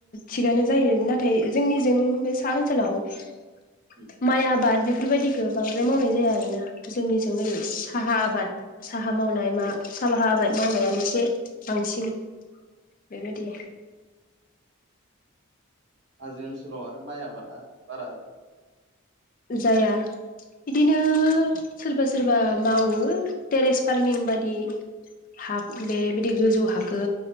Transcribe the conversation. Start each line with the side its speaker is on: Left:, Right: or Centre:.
Left: थिगानो जायो नाथाय जोंनिजों बे सा ओनसोलाव। ला
Right: उम
Left: माइ आबाद बि बेफोरबायदिखौ बांद्राय मावनाय जाया आरोना जोंनिजों ओरै साहा आबाद। साहा मावनाय मा
Right: औ
Left: साह बाहा आबाद मावनाया एसे बांसिन। बेबायदि।
Right: उम हाजो ओनसोलाव आरो माइ आबादा बारा।
Left: जाया। बिदिनो सोरबा सोरबा मावो टेरेस फार्मिं बायदि। हा बेबायदि
Right: उम
Left: गोजौ हाखौ